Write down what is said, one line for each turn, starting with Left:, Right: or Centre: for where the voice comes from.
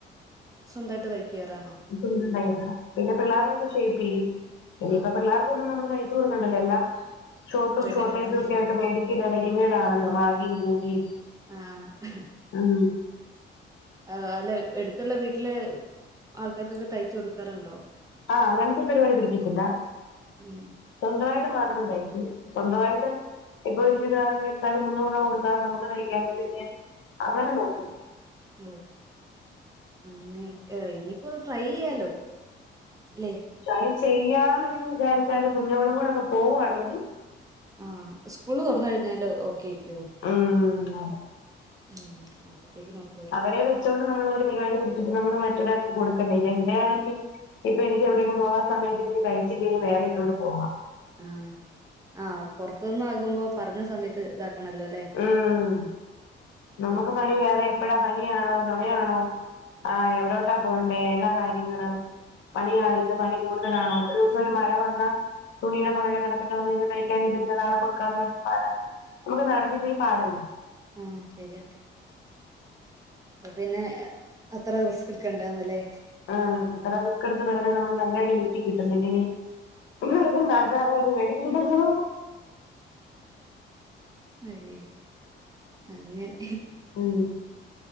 Right: സ്വന്തായിട്ട് തയ്ക്കാറാണോ
Left: ഇക്ക് വീടുണ്ടായിരുന്നു പിന്നെ പിള്ളേരൊക്കെ ഷെെപ്പിയ്യും ഇതിപ്പൊ
Right: ആ
Left: പിള്ളേർ ഇക്കൊന്നും നമ്മള് കഴിച്ച്കൊട്ക്കണ്ടല്ലോ എല്ലാം ഷോട്ടും
Right: റെഡിമെയ്ഡ്
Left: ഷോർട്ടേജും
Right: ആണ്
Left: ഒക്കെആയിട്ട് പേടി <unintelligible> റെഡിമേഡ് ആണല്ലോ മാഗിം കൂഗിം
Right: ആഹ്
Left: അവ
Right: ആഹ് അല്ല എട്ത്ത്ള്ള വീട്ടില് ആൾക്കാര്കാെക്കെ തയ്ച്ചു കൊട്ക്കാറ് ഇണ്ടോ
Left: ആഹ് അങ്ങൻത്തൊര് പരിവാടി ഒക്കെ ഇട്ത്തിട്ടില്ല
Right: ഉം
Left: സ്വന്തമായിട്ട് മാത്രം തൈയ്ക്കും സ്വന്തമായിട്ട് ഇപ്പൊ ഒരു ചുരിദാറ് ഇങ്ങെടുത്താലും മുന്നൂറു രൂപ കൊടുക്കാതെ നമ്മക്ക് തൈക്കാങ്കി പിന്നെ അങ്ങനെ നോക്കും.
Right: ഓഹ് അങ്ങൻ എഹ് ഇനിയിപ്പോ ട്രൈ ചെയ്യാലോ ല്ലേ?
Left: ട്രൈ ചെയ്യാമെന്ന് വിചാരിച്ചാല് കുഞ്ഞോളും കൂടെ ഒക്കെ പോകുവാണെങ്കിൽ
Right: ആഹ് സ്കൂള് തൊറന്ന് കഴിഞ്ഞാല് ഓക്കെ ആയിക്കോ?
Left: ഉം അതെ
Right: ഉം അപ്പത്തേക്ക് നോക്
Left: അവരെ വെച്ചോണ്ട് നമ്മളൊരു പരിപാടി പിടിച്ചിട്ട് നമ്മള് മറ്റൊരാക്ക് കൊടുക്കണ്ടേ ഇത് എൻ്റെയാണെങ്കി ഇപ്പൊ എനിക്ക് എവിടേലും പോകാൻ സമയത്ത് എനി തൈച്ചില്ലേലും വേറെ ഇട്ടോണ്ട് പോവാം
Right: ആഹ് ആഹ് പൊറത്ത് നിന്നാകുമ്പോ പറഞ്ഞ സമയത്ത് ഇതാക്കണല്ലോ അല്ലേ
Left: ആഹ് നമ്മക്ക്
Right: ശരിയാ
Left: പണി വേറെ എപ്പഴാ പനിയണോ ചൊമയാണോ ആഹ് എവിടോട്ടാ പോണ്ടേ ഏതാ കാര്യങ്ങള് പണിയാ ഇന്ന് പണി കൂടുതലാണോ ഒരൂസം ഒരു മഴ വന്നാ തുണീടെ പൊറകെ നടക്കണ്ട വന്ന് കഴിഞ്ഞാ തൈക്കാൻ ഇരുന്നില്ലാ നാളെ കൊടുക്കാന്ന് പറയുന്ന <unintelligible> നമ്മക്ക് നട <unintelligible> പാടല്ലേ
Right: ആഹ് ശരിയാ അപ്പ പിന്നെ ഏഹ് അത്ര റിസ്ക് എടുക്കണ്ടെ വന്ന്ല്ലേ
Left: ആഹ് അത്ര റിസ്‌ക് എടുത്ത് വെറുതെ നമ്മള് നല്ല അടി വീട്ടി കിട്ടും പിന്നെ ഇനി വെറ്തെ നാട്ട്കാരുടെ കൈയ്യിന്ന് മേടിക്കണ്ടല്ലോ
Right: അത് ശെരി അങ്ങനെ
Left: ഉം